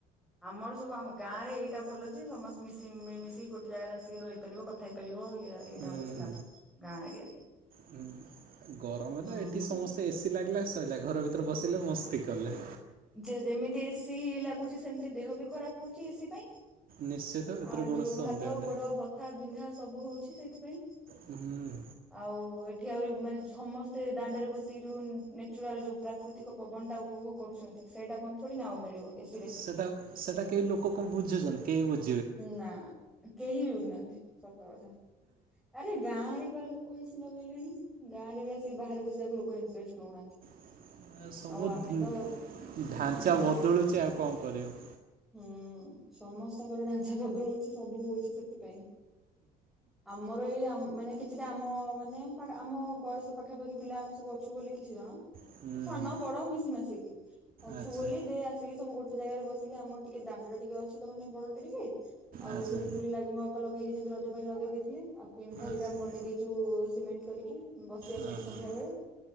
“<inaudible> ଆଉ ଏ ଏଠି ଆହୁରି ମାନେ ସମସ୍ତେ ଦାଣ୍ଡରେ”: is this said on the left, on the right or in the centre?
Centre